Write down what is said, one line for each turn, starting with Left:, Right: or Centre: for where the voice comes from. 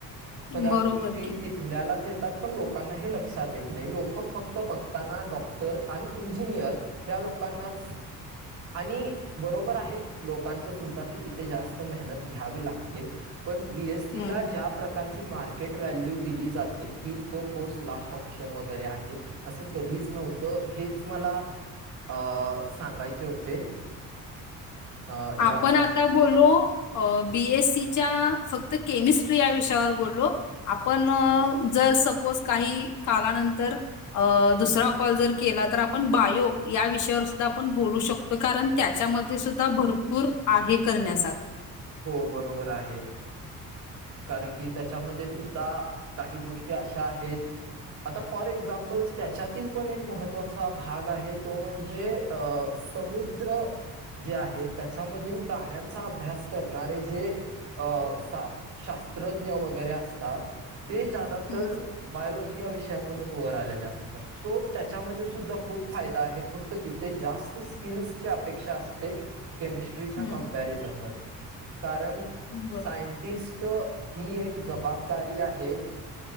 Right: सगळ्या
Left: बरोबर
Right: गोष्टी
Left: की
Right: तिथल्यालाच येतात पण लोकांना हे लक्षात येत नाही. लोक फक्त बघताना डॉक्टर आणि इंजिनियर या लोकांनाच आणि बरोबर आहे लोकांचंसुद्धा, की तिथे जास्त मेहनत घ्यावी लाग ते पण बी एस सी
Left: हम्म
Right: ला ज्या प्रकारे एक प्रकारची मार्केट व्हॅल्यू दिली जाते की तो कोर्स लास्ट ऑप्शन वगैरे आहे असं कधीच नव्ह तर हेच मला अ सांगायचे होते. अ, या
Left: आपण
Right: कॉल
Left: आता बोलो बी एस सीच्या फक्त केमिस्ट्री या विषयावर बोललो. आपण जर सपोज काही कालानंतर अ दुसरा कॉल जर केला तर आपण बायो या विषयावर सुद्धा आपण बोलू शक तो कारण त्याच्यामध्ये सुद्धा भरपूर आहे करण्यासारखं.
Right: हो बरोबर आहे. कारण की त्याच्यामध्ये सुद्धा काही गोष्टी अशा आहेत आता फॉर एक्झाम्पल त्याच्यातील पण एक महत्त्वाचा भाग आहे तो म्हणजे अ समुद्र जे आहे त्याच्यामधील प्राण्यांचा अभ्यास करणारे जे अ शास्त्रज्ञ वगैरे असतात. ते जादा
Left: हं,
Right: तर बायलॉजी या विषयातूनच वर आलेल्या असतात सो त्याच्यामध्ये सुद्धा खूप फायदा आहे फक्त तिथ ते जास्त स्किल्सच्या अपेक्षा असते केमिस्ट्रीच्या
Left: हं.
Right: कमपॅरिझनमध्ये कारण
Left: बर
Right: सायंटिस्ट ही एक जबाबदारी आहे.